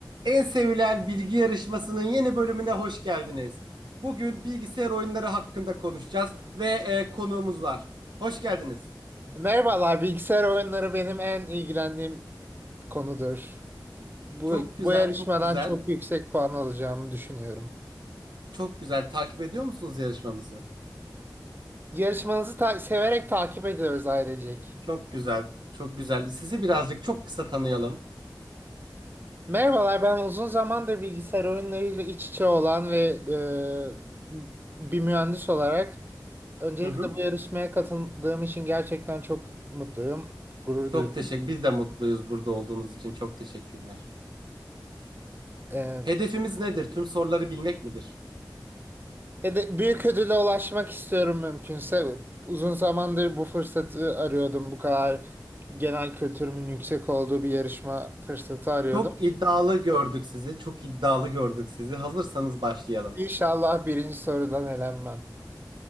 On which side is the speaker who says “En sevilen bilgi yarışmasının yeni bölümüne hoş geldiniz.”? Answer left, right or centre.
Right